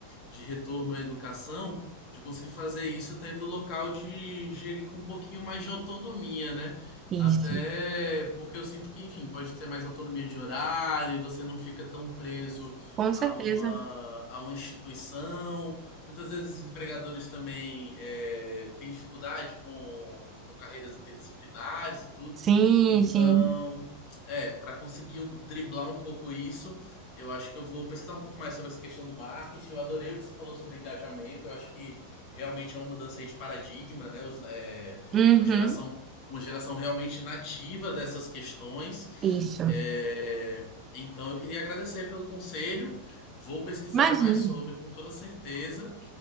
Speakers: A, on the left; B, on the right.
A: de retorno à educação, de conseguir fazer isso tendo o local de gerir com um pouquinho mais de autonomia, né?
B: isso.
A: Até porque eu sinto que, enfim, pode ter mais autonomia de horário, você não fica tão preso
B: Com certeza.
A: a uma, a uma instituição. Muitas vezes os empregadores também é, têm dificuldade com, com carreiras interdisciplinares e tudo.
B: Sim,
A: Então,
B: sim.
A: é, para conseguir um, driblar um pouco isso, eu acho que eu vou pesquisar um pouco mais sobre essa questão do marketing. Eu adorei o que você falou sobre engajamento. Eu acho que realmente é uma mudança aí de paradigma, né? Os, é,
B: Uhum,
A: uma geração uma geração realmente nativa dessas questões.
B: isso.
A: É, então eu queria agradecer pelo conselho. Vou pesquisar
B: Imagina.
A: mais sobre com toda certeza.